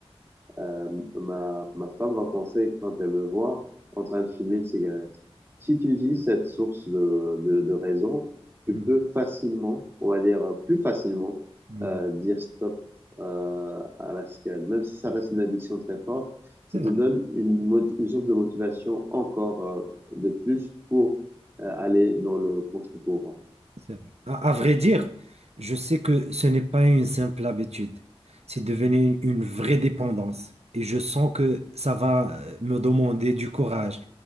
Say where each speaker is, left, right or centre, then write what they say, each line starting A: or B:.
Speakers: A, on the right; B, on the right.
A: euh, ma, ma femme va penser, quand elle me voit, en train de fumer une cigarette. Si tu utilises cette source de, de, de raison, tu
B: Mm,
A: peux facilement, on va dire euh, plus facilement,
B: oui.
A: euh, dire stop euh, à la cigarette. Même si ça reste une addiction très forte, ça
B: C'est
A: te
B: vrai.
A: donne une, mot- une source de motivation encore euh, de plus pour euh, aller dans le contre-courant.
B: C'est vrai. À, à vrai dire, je sais que ce n'est pas une simple habitude. C'est devenu une vraie dépendance. Et je sens que ça va euh, me demander du courage,